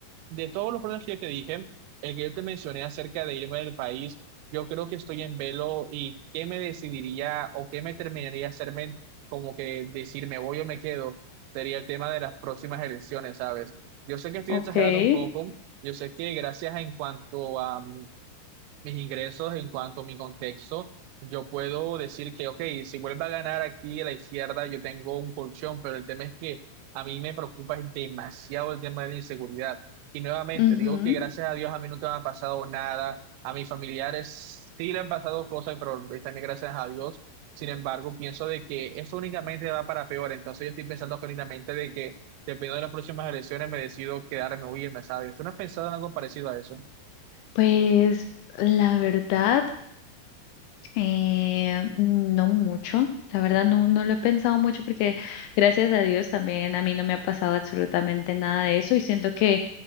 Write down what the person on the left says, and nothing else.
ok.
Ujú.
Pues la verdad, eh, no mucho. La verdad, no, no lo he pensado mucho porque gracias a Dios también a mí no me ha pasado absolutamente nada de eso y siento que,